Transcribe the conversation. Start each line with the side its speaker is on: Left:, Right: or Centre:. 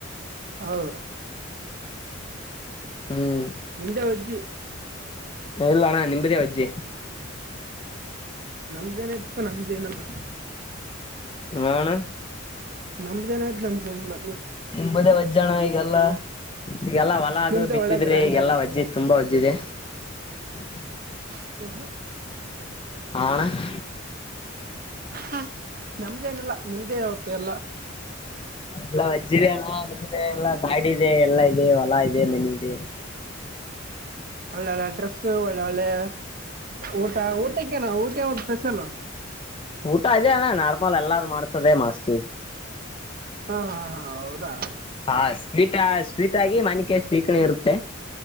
Right: ಹೌದು
Left: ಹ್ಮ್
Right: ನಿಮ್ದ ಓ ಅಜ್ಜಿ.
Left: ಇಲ್ಲ ಅಣ್ಣ ನಿಂಬದೇ ಓ ಅಜ್ಜಿ.
Right: ನಮ್ದ ಏನ್ ಅಯ್ತಪ್ಪಾ ನಮ್ದೇಏನಲ್ಲ?
Left: ಆ ಅಣ್ಣ?
Right: ನಮ್ದ ಏನ್ ಅಯ್ತ ನಮ್ದೇಏನಲ್ಲ?
Left: ನಿಂಬುದೇ ವಜ್ಜ ಅಣ್ಣ ಈಗೆಲ್ಲಾ? ಈಗೆಲ್ಲಾ ಹೊಲ ಅದು
Right: ನಿಮ್ದೇ
Left: ಬಿತ್ತಿದ್ರೆ
Right: ಒಳ್ಳೆ ಗ್ರ್ಯಾಂಡ್
Left: ಈಗಲ್ಲಾ
Right: ಆಗಿರ್ತದೆ
Left: ಒಜ್ಜಿದ್ ತುಂಬಾ ಹೊಜ್ಜಿದೆ. <inaudible>
Right: <inaudible>
Left: ಆ ಅಣ್ಣ? <inaudible>
Right: ಹು ನಮ್ದೇನ ಇಲ್ಲ ನಿಮ್ದೇ ಅವತ್ತ ಎಲ್ಲಾ?
Left: ಎಲ್ಲಾ ವಜ್ಜದೆ ಅಣ್ಣ ನಿಮ್ಮದೇ ಎಲ್ಲಾ ಗಾಡಿ ಇದೆ ಎಲ್ಲಾ ಇದೆ ಹೊಲ ಇದೆ ಮನೆ ಇದೆ. <inaudible>
Right: ಒಳ್ಳೆಳ್ಳೆ ಅಡ್ರೆಸ್ ಒಳ್ಳೆ ಒಳ್ಳೆ ಊಟ ಊಟಕ್ಕೆ ಏನ್ ಊಟ ಅದಕ್ಕೆ ಒಂದು ಸ್ಪೆಷಲು?
Left: ಊಟ ಇದೆ ಅಣ್ಣ ನಾರ್ಮಲ್ ಎಲ್ಲಾರು ಮಾಡ್ಸದೇ ಮಾಡಸ್ತಿವಿ.
Right: ಹ ಹ ಹ ಹೌದಾ?
Left: ಹಾ ಸ್ವೀಟ್ ಸ್ವೀಟ್ ಆಗಿ ಮನೆಕ ಶೀಕರಣೆ ಇರುತ್ತೆ.